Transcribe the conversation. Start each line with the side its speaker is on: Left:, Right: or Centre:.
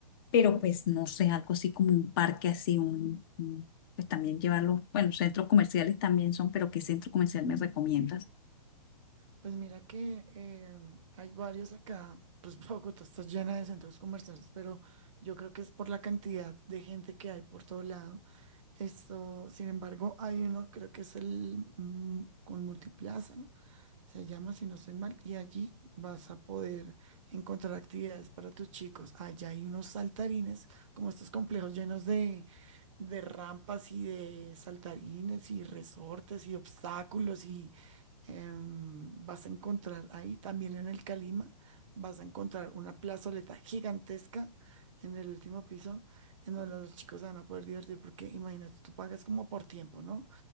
Left: pero pues no sé, algo así como un parque así, un, un- pues también llevarlo, bueno, centros comerciales también son, pero ¿qué centro comercial me recomiendas?
Right: Pues mira que eh, hay varios acá, pues <laughs> Bogotá está llena de centros comerciales, pero yo creo que es por la cantidad de gente que hay por todo lado. Esto, sin embargo, hay uno, creo que es el mm, con Multiplaza, se llama, si no estoy mal, y allí vas a poder encontrar actividades para tus chicos. Allá hay unos saltarines, como estos complejos llenos de, de rampas y de saltarines y resortes y obstáculos y em, vas a encontrar ahí, también en el Calima, vas a encontrar una plazoleta gigantesca en el último piso, en donde los chicos se van a poder divertir, porque imagínate, tú pagas como por tiempo, ¿no?